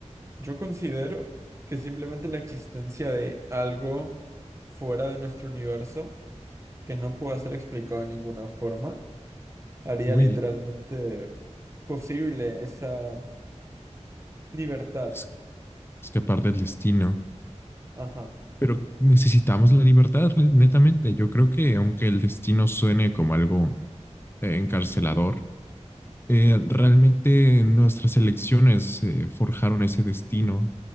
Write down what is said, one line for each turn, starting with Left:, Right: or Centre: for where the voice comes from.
Right: yo considero que simplemente la existencia de algo fuera de nuestro universo, que no pueda ser explicado de ninguna forma, haría
Left: Uy,
Right: literalmente posible esa libertad.
Left: es- escapar del destino.
Right: Ajá,
Left: Pero necesitamos la libertad, netamente. Yo creo que aunque el destino suene como algo eh, encarcelador, eh, realmente nuestras elecciones eh, forjaron ese destino.